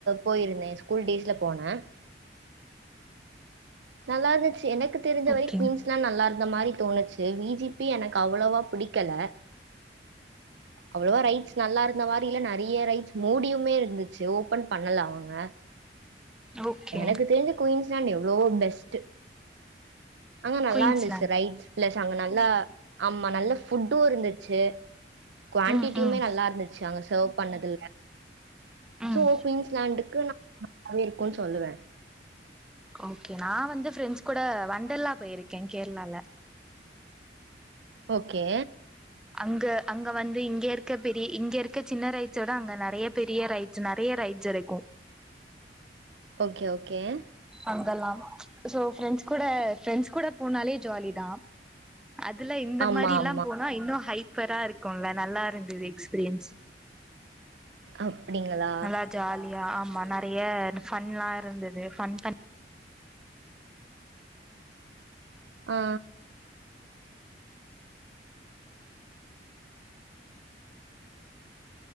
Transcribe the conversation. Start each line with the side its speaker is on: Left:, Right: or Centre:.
Right: போயிருந்தே ஸ்கூல் டேஸ்ல போனே நல்லா இருந்துச்சு எனக்கு தெரிஞ்ச
Centre: ஓகே
Right: வரைக்கு குயின்ஸ் ல நல்லா இருந்த மாதிரி தோணுச்சு வி ஜி பி எனக்கு அவ்வளோவா புடிக்கல அவ்வளவா ரைட்ஸ் நல்லா இருந்த மாதிரி இல்ல நிறைய ரைடஸ் மூடியுமே இருந்துச்சு ஓபன் பண்ணல அவுங்க
Centre: ஓகே
Right: எனக்கு தெரிஞ்ச குயின்ஸ்லண்ட் எவ்வளோ பெஸ்ட் அங்க நல்லா
Centre: குயின்ஸ்லாண்ட்
Right: இருந்துச்சு ரைட்ஸ் பிளஸ் அங்க நல்லா ஆமா நல்ல ஃபுட்டு இருந்துச்சு குவான்டிட்டியுமே
Centre: ம் ம்
Right: நல்லா இருந்துச்சு அங்க சர்வ் பண்ணதில்ல
Centre: ம்
Right: சோ குயின்ஸ்லாண்டுக்கு நா நல்லாவே இருக்குனு சொல்லுவே
Centre: ஓகே நா வந்து ஃப்ரெண்ட்ஸ் கூட வொண்டர்ல்லா போயிருக்கே கேரளால
Right: ஓகே
Centre: அங்க அங்க வந்து இங்க இருக்க பெரிய இங்க இருக்க சின்ன ரைட்ச்சோட அங்க நிறைய பெரிய ரைட்ஸ் நறைய ரைட்ஸ் இருக்கு
Right: ஓகே ஓகே
Centre: அங்கெல்லா சோ ஃப்ரெண்ட்ஸ் கூட ஃப்ரெண்ட்ஸ் கூட போனாலே ஜாலி தா அதுல இந்த
Right: ஆமா
Centre: மாரில்லா
Right: ஆமா
Centre: போனா இன்னு ஹைப்பரா இருக்குல்ல நல்லாருந்தது எக்ஸ்பீரியன்ஸ்
Right: அப்டிங்களா
Centre: நல்லா ஜாலியா ஆமா நறைய ஃபன்லா இருந்தது ஃபன் பண்
Right: ஆ